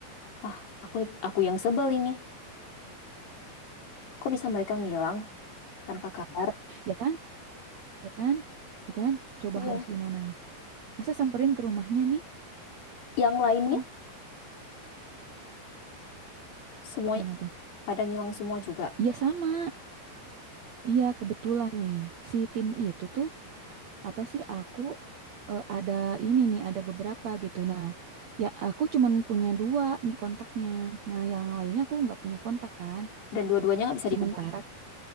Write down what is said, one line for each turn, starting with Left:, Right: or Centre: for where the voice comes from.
Left: ah, aku aku yang sebel ini. Kok bisa mereka ngilang tanpa kabar?
Right: ya kan? Ya kan? Ya kan? Coba
Left: Iya.
Right: harus gimana nih? Masa samperin ke rumahnya nih?
Left: Yang lainnya
Right: Sampai
Left: semuanya
Right: gimana tuh?
Left: pada ngilang semua juga.
Right: Iya sama. Iya kebetulan nih si tim itu tuh apa sih aku eh, ada ini nih ada beberapa gitu. Nah, ya aku cuman punya dua nih kontaknya. Nah, yang lainnya aku nggak punya kontak kan.
Left: dan dua-duanya nggak bisa
Right: Sementara
Left: dihubungi.